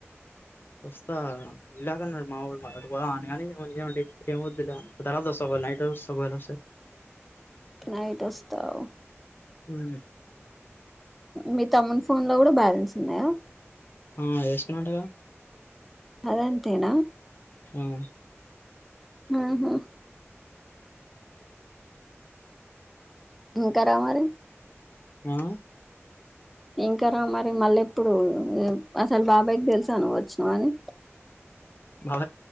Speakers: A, on the left; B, in the centre.
A: వస్తా ఇలాగన్నా మా ఓడు పోదాం అని కాని నేనే ఉండి ఏం వద్దులే తరువాత వస్త ఒకవేళ నైట్ వస్త ఒకవేళ వస్తే
B: నైట్ వస్తవ్
A: అవున
B: మీ తమ్ముని ఫోన్ లో కూడా బ్యాలెన్స్ ఉన్నాయా
A: ఆ వేసుకున్నా అంటగా
B: అదేం తేన
A: హ్మ్
B: ఆహా ఇంక రా మరి
A: ఆ
B: ఇంకరా మరి మల్లెప్ ప్పుడు ఉ అసలు బాబాయ్ దెల్సా నువ్ ఒచ్చినవని
A: బావ